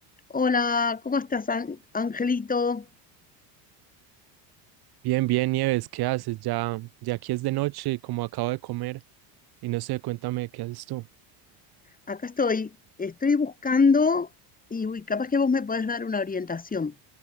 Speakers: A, on the left (about 15°); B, on the right (about 50°).
A: Hola, ¿cómo estás, An- Angelito?
B: Bien, bien, Nieves, ¿qué haces? Ya, ya aquí es de noche, y como acabo de comer, y no sé, cuéntame, ¿qué haces tú?
A: Acá estoy. Estoy buscando, y uy, capaz que vos me podés dar una orientación.